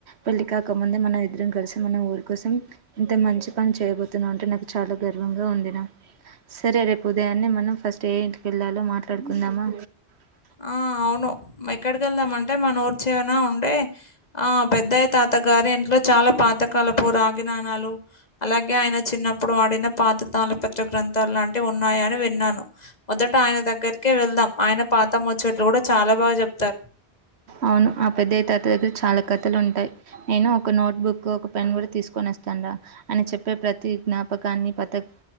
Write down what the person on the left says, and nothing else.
ఆ అవును ఎక్కడికెళ్దామంటే మన ఊర్చివనా ఉండే ఆ పెద్దయ తాత గారి ఇంట్లో చాలా పాతకాలపు రాగి నాణాలు అలాగే ఆయన చిన్నప్పుడు ఆడిన పాతతాల పత్ర గ్రంథాలు లాంటి ఉన్నాయని విన్నాను మొదట ఆయన దగ్గరికే వెళ్దాం ఆయన పాత ముచ్చట్లు గూడా చాలా బా చెప్తార్